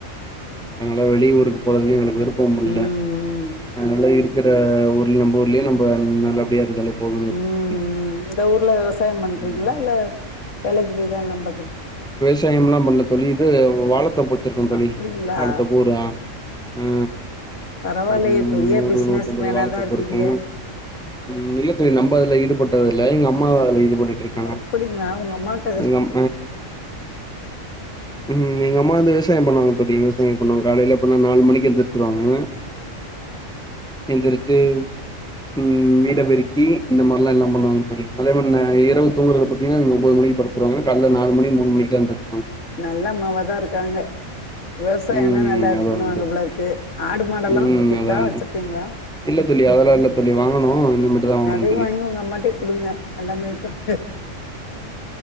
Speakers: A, in the centre; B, on the left.
A: அதனால வெளிய ஊருக்கு போறதுக்கு எங்களுக்கு விருப்பம் இல்ல
B: ம் ம்
A: அதனால இருக் குற ஊர்லயே நம்ப ஊர்லயே நம்ப நல்லபடியா இருந்தாலே போதுன்னு
B: ம்
A: இருக்கோ தோழி
B: இந்த ஊர்ல விவசாயோ பண்றீங்களா
A: ம்
B: இல்ல வேலைக்கு போய் தா நம்பகட்
A: விவசாயம்ல்லா பண்ல தோழி இது வாழத் தோப்பு வச்சிருக்கோ தோழி
B: அப்டிங்களா
A: வாழத்தோப்பு ஒரு அ ஆ
B: பரவாயில்லயே
A: ஒரு
B: பெரிய
A: நூறு
B: பிசினஸ்
A: நூத்தம்பது
B: மேனா
A: வாழத்
B: தான்
A: தோப்பு
B: இருக்கீங்க.
A: இருக்கு ம் இல்ல தோழி நம்ப அதுல ஈடுபட்டது இல்ல எங்க அம்மா அதுல ஈடுபட்டுட்டு இருக்காங்க
B: அப்படிங்களா உங்க அம்மா கதை
A: நம் ம் எங்க அம்மா வந்து விவசாயோ பண்ணுவாங்க தோழி விவசாயோ பண்ணுவாங்க காலேல எப்புன்னா நாலு மணிக்கு எந்திரிச்சுருவாங்க. எந்திரிச்சு. உம் வீட்ட பெருக்கி இந்த மார்லா எல்லா பண்ணுவாங்க தோழி அதே மான்ன இரவு தூங்கறது பாத்தீங்கன்னா ஒம்போது மணி. <unintelligible> படுத்துருவாங்க கால்ல நாலு மணி மூணு மணிக்லா எந்திரிச்.
B: நல்ல அம்மாவாதா இருக்காங்க விவசாயோ
A: ம்
B: எல்லா நல்லா இது
A: அதான்
B: பண்ணுவாங்க
A: தோழி.
B: போலருக்கு, ஆடு மாடெல்லா
A: ம்
B: இருக்கா?
A: அதான்
B: வச்சுருக்கீங்களா?
A: இல்ல தோழி அதெல்லா இல்ல தோழி வாங்கணு இனிமேட்டு தா வாங்கணு
B: அதையு
A: தோழி
B: வாங்கி உங்க அம்மாட்டயே குடுங்க எல்லாமே இருப்ப